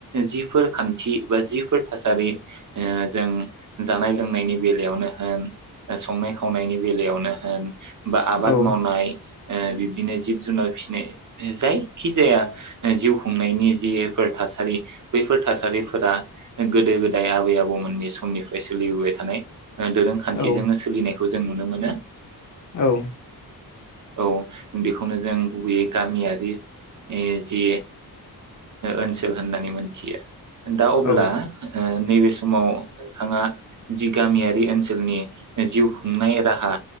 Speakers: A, on the right; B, on the left.
A: जिफोर खान्थि बा जिफोर थासारि ओ जों जानाय लोंनायनि बेलायावनो होन संनाय खावनायनि बेलायावनो होन बा आबाद
B: औ
A: मावनाय ओ बिब्दिनो जिब जुनार फिसिनाय जायखिजाया जिउ खुंनायनि जिफोर थासारि बैफोर थासारिफोरा गोदो गोदाय आबै आबौमोननि समनिफ्राय सोलिबोबाय थानाय। दोरोंखान्थिजोंनो
B: औ
A: सोलिनाय जों नुनो मोनो।
B: औ
A: औ बेखौनो जों गुबैयै गामियारि ओ जि ओनसोल होननानै मोनथियो। दा अब्ला
B: औ
A: ओ नैबे समाव नोंथाङा जि गामियारि ओनसोलनि जिउ खुंनाय राहा